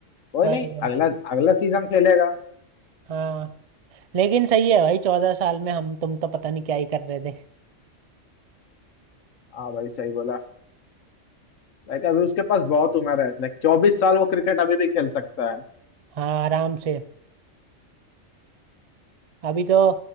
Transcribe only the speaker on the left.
कोई
नहीं
अगला अगला सीजन खेलेगा
हाँ भाई सही बोला लाइक अभी उसके पास बहुत उम्र है लाइक चौबीस साल वो क्रिकेट अभी भी खेल सकता है